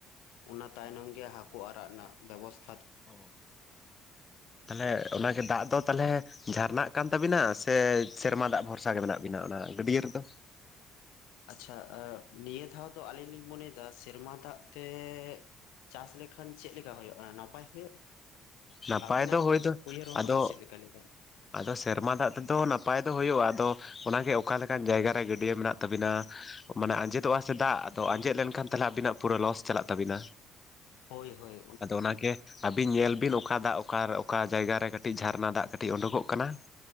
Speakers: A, on the left; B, on the left.
A: ᱚᱱᱟ ᱛᱟᱭᱱᱚᱢ ᱜᱮ ᱦᱟᱹᱠᱩ ᱟᱨᱟᱜ ᱨᱮᱱᱟᱜ ᱵᱮᱵᱚᱥᱛᱟ
B: ᱚ ᱛᱟᱦᱞᱮ ᱚᱱᱟᱜᱮ ᱫᱟᱜ ᱫᱚ ᱛᱟᱦᱚᱞᱮ ᱡᱷᱟᱨᱱᱟᱱᱟᱜ ᱠᱟᱱ ᱛᱟᱵᱤᱱᱟ ᱥᱮ ᱥᱮᱨᱢᱟ ᱫᱟᱜ ᱵᱷᱚᱨᱥᱟ ᱜᱮ ᱢᱮᱱᱟᱜ ᱵᱤᱱᱟ ᱚᱱᱟ ᱜᱟᱹᱰᱭᱟᱹ ᱨᱮᱫᱚ
A: ᱟᱪᱪᱷᱟ ᱱᱤᱭᱟᱹ ᱫᱷᱟᱣ ᱫᱚ ᱟᱹᱞᱤᱧ ᱞᱤᱧ ᱢᱚᱱᱮᱭᱮᱫᱟ ᱥᱮᱨᱢᱟ ᱫᱟᱜ ᱛᱮ ᱪᱟᱹᱥ ᱞᱮᱠᱷᱟᱱ ᱪᱮᱫᱞᱮᱠᱟ ᱦᱩᱭᱩᱜᱼᱟ ᱱᱟᱯᱟᱭ ᱦᱩᱭᱩᱜ
B: ᱱᱟᱯᱟᱭ
A: ᱟᱵᱤᱱᱟᱜ
B: ᱫᱚ ᱦᱳᱭ ᱫᱚ
A: ᱩᱭᱦᱟᱹᱨ ᱵᱷᱟᱵᱽᱱᱟ
B: ᱟᱫᱚ
A: ᱪᱮᱫ ᱞᱮᱠᱟ ᱞᱟᱹᱭ ᱫᱟᱭ
B: ᱟᱫᱚ ᱥᱮᱨᱢᱟ ᱫᱟᱜ ᱛᱮᱫᱚ ᱱᱟᱯᱟᱭ ᱫᱚ ᱦᱩᱭᱩᱜᱼᱟ ᱟᱫᱚ ᱚᱱᱟᱜᱮ ᱚᱠᱟᱞᱮᱠᱟᱱ ᱡᱟᱭᱜᱟ ᱨᱮ ᱜᱟᱹᱰᱭᱟᱹ ᱢᱮᱱᱟᱜ ᱛᱟᱵᱤᱱᱟ ᱢᱟᱱᱮ ᱟᱸᱡᱮᱫᱚᱜᱼᱟ ᱥᱮ ᱫᱟᱜ ᱟᱫᱚ ᱟᱸᱡᱮᱫ ᱞᱮᱱᱠᱷᱟᱱ <unintelligible> ᱟᱵᱤᱱᱟᱜ ᱯᱩᱨᱟᱹ ᱞᱚᱥ ᱪᱟᱞᱟᱜ ᱛᱟᱹᱵᱤᱱᱟ
A: ᱦᱳᱭ ᱦᱳᱭ
B: ᱟᱫᱚ ᱚᱱᱟᱜᱮ ᱟᱹᱵᱤᱱ ᱧᱮᱞ ᱵᱤᱱ ᱚᱠᱟ ᱫᱟᱜ ᱚᱠᱟ ᱚᱠᱟ ᱡᱟᱭᱜᱟ ᱨᱮ ᱠᱟᱹᱴᱤᱡ ᱡᱷᱟᱨᱱᱟ ᱫᱟᱜ ᱠᱟᱹᱴᱤᱡ ᱩᱰᱩᱠᱚᱜ ᱠᱟᱱᱟ